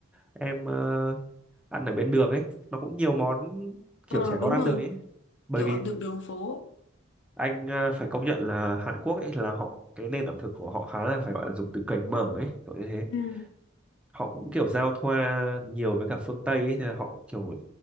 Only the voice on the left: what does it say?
ờ,
đúng
rồi
kiểu
ẩm thực đường phố
Ừ.